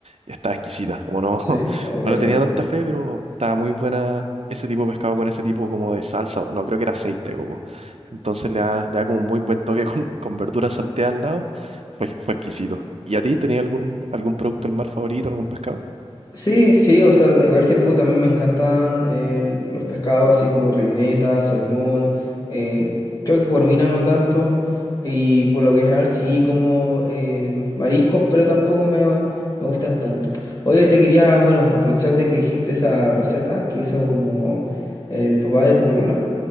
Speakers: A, on the right; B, on the left.
A: Está exquisita. Como no,
B: sí,
A: <laughs>
B: no,
A: no
B: qué
A: le
B: rico.
A: tenía tanta fe, pero estaba muy buena ese tipo de pescado con ese tipo como de salsa. o No, creo que era aceite de coco. Entonces le da, le da como un muy buen toque <laughs> con, con verduras salteadas al lado. Fue, fue exquisito. ¿Y a ti tenías algún, algún producto del mar favorito, algún pescado?
B: Sí, sí, o sea, igual que tú, también me encantan eh, los pescados así como reineta, salmón, eh, creo que corvina no tanto, y por lo que general sí como eh, mariscos, pero tampoco me, me gustan tanto. Oye, te quería, bueno, aprovechar de que dijiste esa receta que hizo como el papá de tu polola,